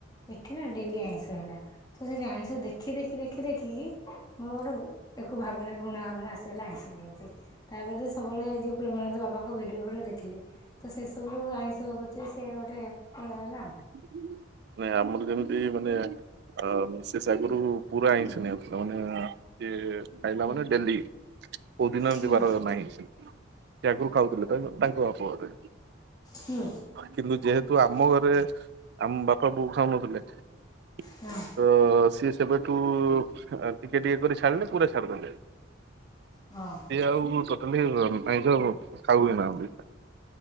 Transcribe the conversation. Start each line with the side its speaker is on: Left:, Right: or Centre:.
Left: ଏଠି ନା ଡେଲି ଆଇଁଷ ହେଲା, ତ ଆଇଁଷ ଦେଖି ଦେଖି ଦେଖି ଦେଖିକି ମୋର ଗୋଟେ ଏକ ଭାବନା ଘୃଣା ଭାବନା ଆସିଗଲା ତା ପରେ ତ ସବୁବେଳେ ଏଇ ଯୋଉ ପ୍ରେମାନନ୍ଦ ବାବାଙ୍କ ଭିଡିଓ ଫିଡିଓ ଦେଖିଲି, ତ ସେସବୁ ଆଇଁଷ ସବୁ ପ୍ରତି ସେ ଗୋଟେ ଖଳ ହେଲା ଆଉ।
Right: ହୁଁ <inaudible> ମାନେ ଆମର ଯେମିତି ମାନେ ମିସେସ୍ ଆଗରୁ ପୁରା ଆଇଁଷ ଛୁଇନଥିଲେ ମାନେ ଯେ ଖାଇଲା ମାନେ ଡେଲି କୋଉ ଦିନ ଏମତିି
Left: ହୁଁ
Right: ବାର ନାହିଁ ସେ ଆଗରୁ ଖାଉଥିଲେ ତାଙ୍କ ବାପଘରେ
Left: ହୁଁ
Right: କିନ୍ତୁ ଯେହେତୁ ଆମ ଘରେ ଆମ ବାପା, ବୋଉ ଖାଉନଥିଲେ ତ
Left: ହଁ
Right: ସିଏ ସେବେଠୁ ଟିକେ ଟିକେ କରି ଛାଡିଲେ ପୁରା ଛାଡ଼ି ଦେଲେ।
Left: ହଁ
Right: ସିଏ ଆଉ ଟୋଟାଲି ଆଇଷଁ ଖାଉ ନାହାନ୍ତି।